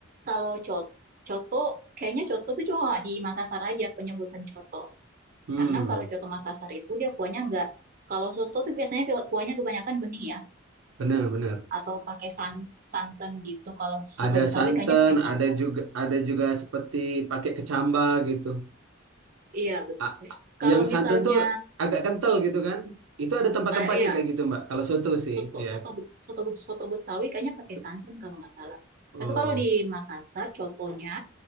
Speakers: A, on the right; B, on the right.
A: Kalau coto, coto kayaknya coto itu cuma di Makassar aja penyebutan coto.
B: Hmm.
A: Karena kalau coto Makassar itu dia kuahnya enggak. Kalau soto tuh biasanya kuahnya kebanyakan bening ya,
B: Benar, benar.
A: atau pakai san- santan gitu. Kalau soto
B: Ada
A: Betawi
B: santan,
A: kayaknya pakai santan.
B: ada juga ada juga seperti pakai kecamba gitu.
A: Iya, betul.
B: A- a-
A: Kalau
B: yang santan
A: misalnya,
B: tuh agak kental gitu kan? Itu ada tempat-tempatnya
A: ah, iya,
B: kayak gitu, Mbak. Kalau soto sih,
A: soto
B: ya.
A: soto Bet- soto Bet- soto Betawi kayaknya pakai
B: Se-
A: santan kalau nggak salah.
B: Oh.
A: Tapi kalau di Makassar, contohnya,